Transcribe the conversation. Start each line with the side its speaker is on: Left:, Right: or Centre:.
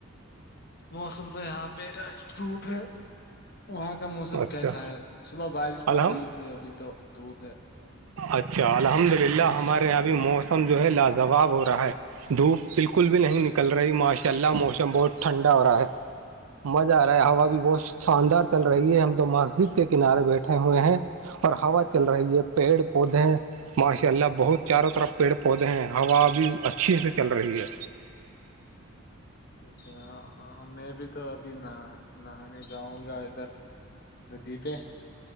Left: موسم تو یہاں پہ دھوپ ہے وہاں کا موسم
Right: اچھا
Left: کیسا ہے صبح بارش پڑ
Right: الحم
Left: رہی تھی ابھی تو دھوپ ہے
Right: اچھا الحمد للہ ہمارے یہاں ابھی موسم جو ہے لاجواب ہو رہا ہے دھوپ بالکل بھی نہیں نکل رہی ماشاء اللہ موسم بہت ٹھنڈا ہو رہا ہے مزہ آ رہا ہے ہوا بھی بہت شاندار چل رہی ہے ہم تو مسجد کے کنارے بیٹھے ہوئے ہیں اور ہوا چل رہی ہے پیڑ پودے ماشاء اللہ بہت چاروں طرف پیڑ پودے ہیں ہوا بھی اچھے سے چل رہی ہے
Left: اچا میں بھی تو ابھی نہانے جاؤں گا ادھر ندی پہ